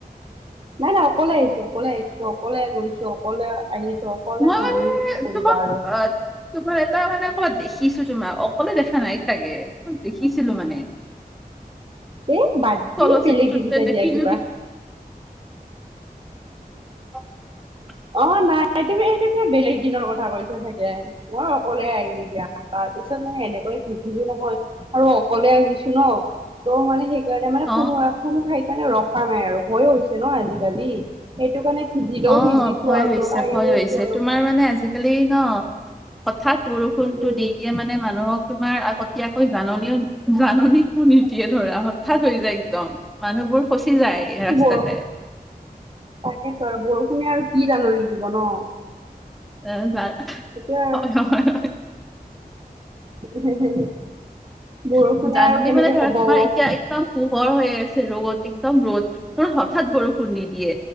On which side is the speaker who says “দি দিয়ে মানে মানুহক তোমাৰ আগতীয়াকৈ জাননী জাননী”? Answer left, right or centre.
Centre